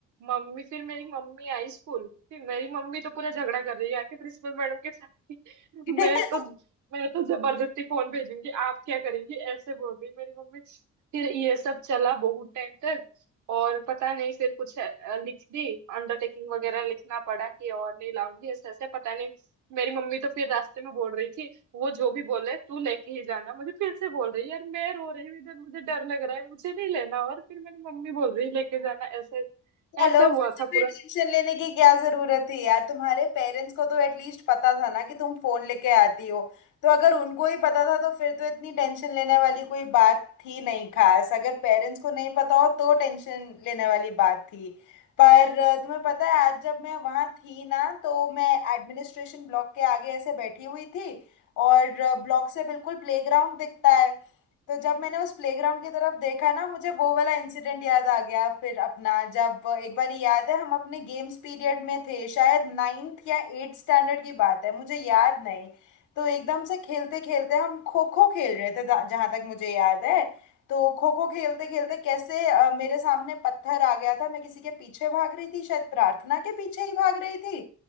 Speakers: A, on the right; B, on the left.
A: मम्मी फिर मेरी मम्मी आई स्कूल फिर मेरी मम्मी तो पूरा झगड़ा कर रही है आके प्रिंसिपल मैडम के साथ कि <laughs>
B: <laughs>
A: मैं तो मैं तो जबरदस्ती फोन भेजूंगी आप क्या करेंगी ऐसे बोल रही मेरी मम्मी फिर ये सब चला बहुत टाइम तक और पता नहीं फिर कुछ अ, लिख दी अंडरटेकिंग वगैरह लिखना पड़ा कि और नहीं लाऊंगी ऐसे ऐसे पता नहीं मेरी मम्मी तो फिर रास्ते में बोल रही थी वो जो भी बोले तू लेके ही जाना मुझे फिर से बोल रही है यार मैं रो रही हूँ इधर मुझे डर लग रहा है मुझे नहीं लेना और फिर मेरी मम्मी बोल रही है लेके जाना ऐसे
B: चलो
A: ऐसे हुआ
B: पर तुम्हें
A: था पूरा
B: टेंशन लेने की क्या जरूरत थी यार तुम्हारे पेरेंट्स को तो एटलीस्ट पता था ना कि तुम फोन लेके आती हो तो अगर उनको ही पता था तो फिर तो इतनी टेंशन लेने वाली कोई बात थी नहीं खास अगर पेरेंट्स को नहीं पता हो तो टेंशन लेने वाली बात थी पर अ, तुम्हें पता है आज जब मैं वहाँ थी ना तो मैं एडमिनिस्ट्रेशन ब्लॉक के आगे ऐसे बैठी हुई थी और अ, ब्लॉक से बिल्कुल प्लेग्राउंड दिखता है तो जब मैंने उस प्लेग्राउंड की तरफ देखा ना मुझे वो वाला इंसिडेंट याद आ गया फिर अपना जब एक बार याद है हम अपने गेम्स पीरियड में थे शायद नाइन्थ या एट्थ स्टैंडर्ड की बात है मुझे याद नहीं तो एकदम से खेलते खेलते हम खो खो खेल रहे थे जहाँ तक मुझे याद है तो खो खो खेलते खेलते कैसे अ, मेरे सामने पत्थर आ गया था मैं किसी के पीछे भाग रही थी शायद प्रार्थना के पीछे ही भाग रही थी